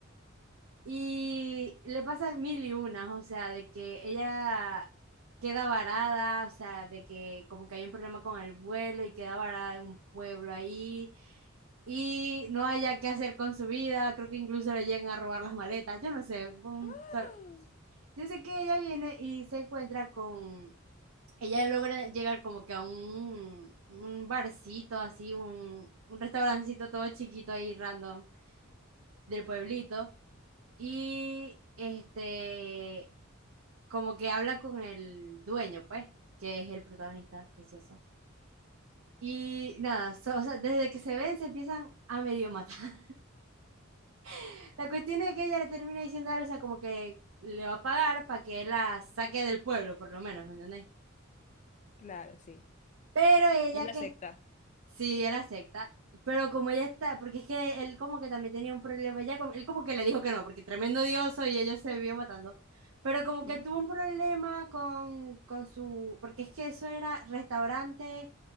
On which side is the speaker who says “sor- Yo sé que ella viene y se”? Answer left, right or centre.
Right